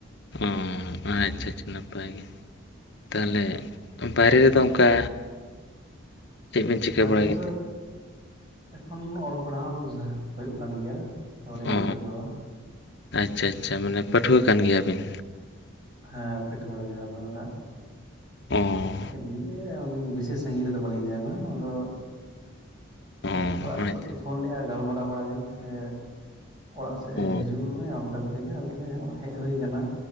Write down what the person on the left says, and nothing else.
ᱚ ᱟᱪᱪᱷᱟ ᱟᱪᱪᱷᱟ ᱱᱟᱯᱟᱭ ᱜᱮ ᱾ ᱛᱟᱦᱚᱞᱮ ᱵᱟᱦᱨᱮ ᱨᱮᱫᱚ ᱚᱱᱠᱟ, ᱪᱮᱫ ᱵᱤᱱ ᱪᱤᱠᱟᱹ
ᱵᱟᱲᱟᱭ
ᱜᱮᱛᱮ
ᱚ
ᱟᱪᱪᱷᱟ ᱟᱪᱪᱷᱟ ᱢᱟᱱᱮ ᱯᱟᱹᱴᱷᱩᱣᱟᱹ ᱠᱟᱱ ᱜᱮᱭᱟᱵᱤᱱ?
ᱚᱻ
ᱚ
ᱟᱪᱪᱷᱟ
ᱟᱪᱪᱷᱟ
ᱚ